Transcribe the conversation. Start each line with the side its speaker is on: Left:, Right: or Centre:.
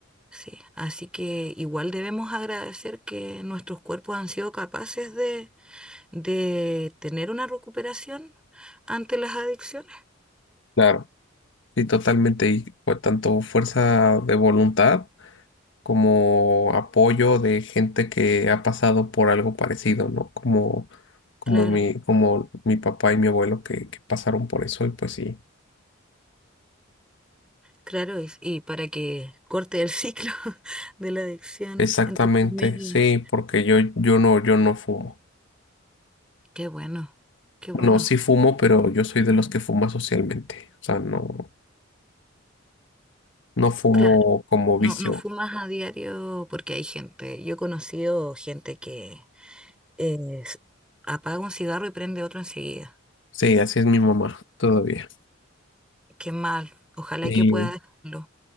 Centre: Sí, así que igual debemos agradecer que nuestros cuerpos han sido capaces de, de tener una recuperación ante las adicciones.
Left: Claro, sí, totalmente. Y por tanto, fuerza de voluntad. como apoyo de gente que ha pasado por algo parecido, ¿no? Como, como
Centre: Claro,
Left: mi, como mi papá y mi abuelo que, que pasaron por eso, y pues sí,
Centre: claro, y, y para que corte el ciclo <laughs> de la adicción
Left: exactamente,
Centre: en tu familia.
Left: sí, porque yo, yo no, yo no fumo.
Centre: Qué bueno, qué bueno.
Left: No, sí fumo, pero yo soy de los que fuma socialmente. O sea, no, no fumo
Centre: Claro.
Left: como
Centre: No,
Left: vicio.
Centre: no fumas a diario porque hay gente. Yo he conocido gente que eh, s- apaga un cigarro y prende otro enseguida.
Left: Sí, así es mi mamá todavía.
Centre: Qué mal. Ojalá
Left: Y
Centre: que pueda dejarlo.